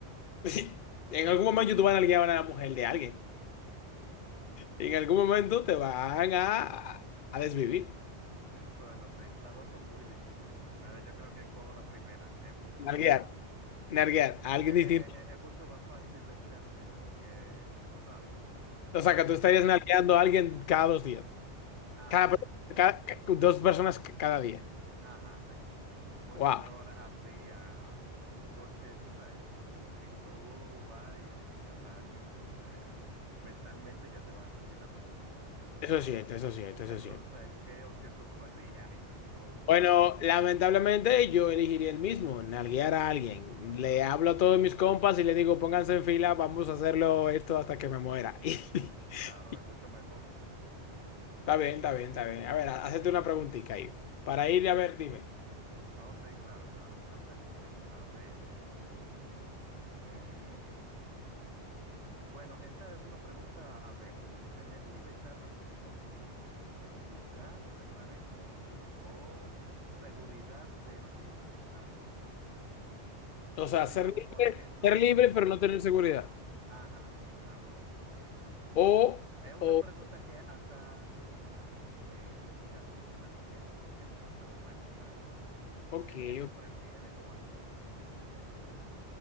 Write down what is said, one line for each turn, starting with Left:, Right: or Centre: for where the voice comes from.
Left: <laughs> En algún momento tú vas a nalguear a una mujer de alguien.
Right: Ujú.
Left: En algún momento te van a, a desvivir.
Right: Mm, Bueno, sí, las dos son muy difíciles, pero yo creo que cojo la primera, es mucho más
Left: Nalguear,
Right: fácil.
Left: nalguear, a alguien
Right: Es,
Left: distinto.
Right: es- es- es mucho más fácil mentalmente porque tú sabes.
Left: O sea, que tú estarías
Right: tú-
Left: nalgueando a alguien cada dos días.
Right: Ajá,
Left: Cada, per-
Right: sí.
Left: cada- ca- dos personas c- cada día.
Right: Ajá, sí. Mucho
Left: Wow,
Right: mejor así a... Porque tú sabes, si tú vas y asesinas a alguien, entonces mentalmente ya te vas asesinando tú mismo.
Left: eso es cierto, eso es cierto,
Right: Entonces,
Left: eso es cierto.
Right: <laughs> ¿qué opción tú cogerías ahí, supongo?
Left: Bueno, lamentablemente yo elegiría el mismo, nalguear a alguien. Le hablo a todos mis compas y le digo, pónganse en fila, vamos a hacerlo esto hasta que me muera. <laughs> Está
Right: Claro, es mucho mejor. <laughs>
Left: bien, está bien, está bien. A ver, hazte una preguntita ahí. Para ir, a ver, dime.
Right: Oh, sí, claro, claro. Una preguntita, a ver si se me ocurre. Mm. Bueno, esta es una pregunta, a ver, ¿tener libertad absoluta sin seguridad, te parece? ¿O seguridad pero sin libertad?
Left: O
Right: Así
Left: sea, ser
Right: como,
Left: libre,
Right: por ejemplo,
Left: ser libre
Right: que tú...
Left: pero no tener seguridad.
Right: Ajá, sí, claro.
Left: O,
Right: Es una
Left: o,
Right: pregunta que hasta en lugares como de ética, como clases de ética, que te la pueden preguntar.
Left: ok,
Right: ¿Qué, qué tú prefieres? O hasta los mismos videojuegos.